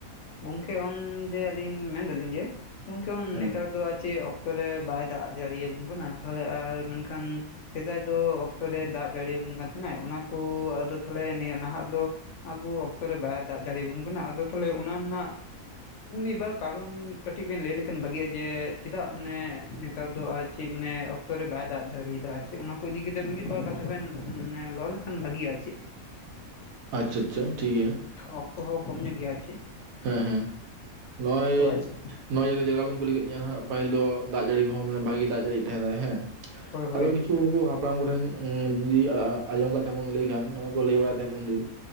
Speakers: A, on the left (about 65°); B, on the right (about 75°).
A: ᱜᱚᱝᱠᱮ ᱚᱱ ᱡᱮ ᱟᱞᱤᱧ ᱢᱮᱱ ᱫᱟᱞᱤᱧ ᱡᱮ ᱜᱚᱝᱠᱮ
B: ᱦᱮᱸ
A: ᱱᱮᱛᱟᱨ ᱫᱚ ᱪᱮᱫ ᱚᱠᱛᱚ ᱨᱮ ᱵᱟᱭ ᱫᱟᱜ ᱡᱟᱲᱤ ᱭᱟᱵᱚᱱ ᱠᱟᱱᱟ ᱛᱟᱦᱚᱞᱮ ᱟᱨ ᱢᱮᱱᱠᱷᱟᱱ ᱥᱮᱫᱟᱭ ᱫᱚ ᱚᱠᱛᱚᱨ ᱨᱮ ᱫᱟᱜ ᱡᱟᱹᱲᱤᱭᱟᱵᱚᱱ ᱠᱟᱱ ᱛᱟᱦᱮᱸᱱᱟ ᱚᱱᱟᱠᱚ ᱟᱫᱚ ᱛᱟᱦᱚᱞᱮ ᱱᱤᱭᱟᱹ ᱱᱟᱦᱟᱜ ᱫᱚ ᱟᱵᱚ ᱚᱠᱛᱚᱨᱮ ᱵᱟᱭ ᱫᱟᱜ ᱡᱟᱲᱤᱭᱟᱵᱚᱱ ᱠᱟᱱᱟ ᱟᱫᱚ ᱛᱟᱦᱚᱞᱮ ᱚᱱᱟ ᱨᱮᱱᱟᱜ ᱢᱤᱫᱵᱟᱨ ᱠᱟᱨᱚᱱ ᱠᱟᱹᱴᱤᱡ ᱵᱮᱱ ᱞᱟᱹᱭ ᱞᱮᱠᱷᱟᱱ ᱵᱷᱟᱹᱜᱤᱭᱟ ᱡᱮ ᱪᱮᱫᱟᱜ ᱢᱟᱱᱮ ᱱᱮᱛᱟᱨ ᱫᱚ ᱟᱨ ᱪᱮ ᱢᱟᱱᱮ ᱚᱠᱛᱚᱨᱮ ᱵᱟᱭ ᱫᱟᱜ ᱫᱟᱲᱤᱭᱟᱫᱟ ᱪᱮ ᱚᱱᱟ ᱠᱚ ᱤᱫᱤᱠᱟᱛᱮ ᱢᱤᱫ ᱵᱟᱨ ᱠᱟᱛᱷᱟ ᱵᱮᱱ ᱨᱚᱲ ᱞᱮᱠᱷᱟᱱ ᱵᱷᱟᱜᱤᱭᱟ ᱪᱮ
B: ᱟᱪᱷᱟ ᱟᱪᱷᱟ ᱴᱷᱤᱠ ᱜᱮᱭᱟ
A: ᱚᱠᱛᱚ ᱦᱚᱸ ᱠᱚᱢ ᱧᱚᱜ ᱜᱮᱭᱟ ᱪᱮ
B: ᱦᱮᱸ ᱻᱦᱮᱸ ᱱᱚᱜᱼᱚᱭ
A: ᱟᱨ ᱪᱮᱫ
B: ᱱᱚᱼᱚᱭᱟᱭᱜᱟ ᱡᱟᱭᱜᱟ ᱵᱮᱱ ᱠᱩᱞᱤ ᱠᱮᱫᱤᱧᱟᱹ ᱦᱦᱟᱜ ᱯᱟᱹᱤᱞ ᱫᱚ ᱫᱟᱜ ᱡᱟᱹᱲᱤ ᱠᱚᱦᱚᱸᱟᱱᱮ ᱵᱷᱟᱜᱤ ᱫᱟᱜ ᱡᱟᱹᱲᱤ ᱛ ᱛᱟᱦᱮᱸᱱᱟ ᱦᱮᱸ
A: ᱦᱳᱭ
B: <unintelligible>
A: ᱦᱳᱭ
B: ᱟᱫᱚ ᱠᱤᱪᱷᱩ ᱩᱱᱠᱩ ᱦᱟᱯᱲᱟᱢ ᱠᱚᱴᱷᱮᱱ ᱡᱩᱫᱤ ᱟᱸᱡᱚᱢ ᱠᱟᱛᱷᱟ ᱵᱚᱱ ᱞᱟᱹᱭ ᱠᱷᱟᱱ ᱱᱚᱚᱭ ᱠᱚ ᱞᱟᱹᱭ ᱵᱟᱲᱟᱭ ᱛᱫ ᱩᱱᱫᱤᱱ